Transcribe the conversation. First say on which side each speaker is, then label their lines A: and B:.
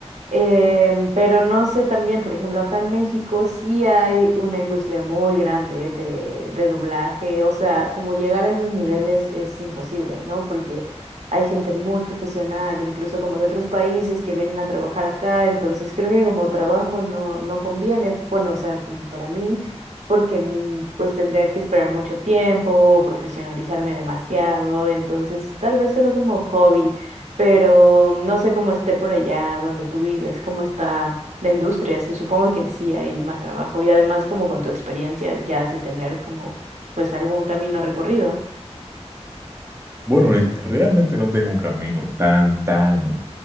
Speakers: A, on the right (about 85°); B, on the right (about 20°).
A: Em, pero no sé también, por ejemplo, acá en México sí hay una industria muy grande de, de doblaje, o sea, como llegar a esos niveles es imposible, ¿no? Porque hay gente muy profesional, incluso como de otros países que vienen a trabajar acá, entonces creo que como trabajo no, no conviene, bueno, o sea, como para mí porque mm, pues tendría que esperar mucho tiempo, profesionalizarme demasiado, entonces tal vez solo como hobby, pero no sé cómo esté por allá donde tú vives, cómo está la industria, sí, supongo que sí hay más trabajo y además como con tu experiencia ya has de tener como pues algún camino recorrido.
B: Bueno, es- realmente no tengo un camino tan, tan